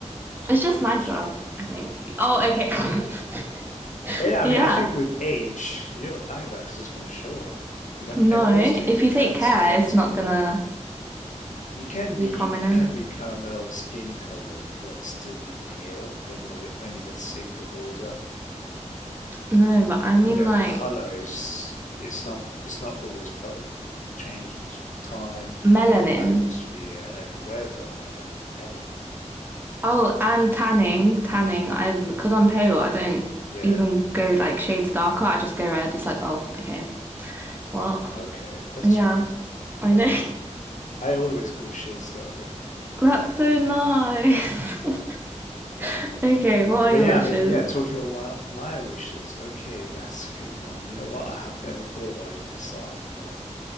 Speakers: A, on the right (about 15°); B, on the left (about 85°).
A: it's just nicer,
B: That's true.
A: I think. Oh, okay. <laughs>
B: But yeah,
A: Yeah.
B: I mean, I think with age, your eye bag's just gonna show up, you know?
A: No,
B: And also it
A: if
B: depends
A: you take care,
B: on what
A: it's
B: time.
A: not gonna
B: You can
A: be
B: be
A: prominent.
B: you can be caramel skin colored, but still be pale when the, when you get sick or older.
A: No, but I mean
B: you know,
A: like
B: color is it's not it's not always permanent. It changes with time
A: melanin.
B: and atmosphere and weather and everything.
A: Oh, and tanning, tanning. I because I'm pale, I don't
B: Yeah.
A: even go like shades darker. I just go red. It's like, oh, okay. Well,
B: Okay, that's
A: yeah,
B: weird.
A: I
B: All
A: know.
B: right.
A: <laughs>
B: I always go shades darker.
A: That's so nice. <laughs> okay, what are
B: But
A: your
B: yeah,
A: wishes?
B: I mean, yeah, talking about my, my wishes. Okay, that's a good one. You know what? I have never thought about it myself, but